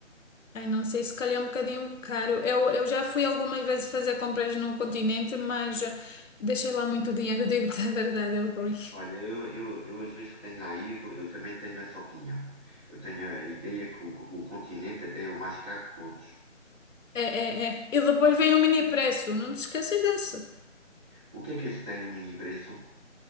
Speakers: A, on the left; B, on the right.
A: Ai, não sei, se calhar é um bocadinho caro. Eu, eu já fui algumas vezes fazer compras no continente, mas eh, deixei lá muito dinheiro, <laughs> digo-te a verdade, é ruim.
B: Olha, eu, eu, eu às vezes que tenho lá ido, eu também tenho essa opinião. Eu tenho a ideia que o, o continente até é o mais caro de todos.
A: É, é, é. E depois vem o mini preço, não te esqueças disso.
B: O que é que esse tem, o mini preço?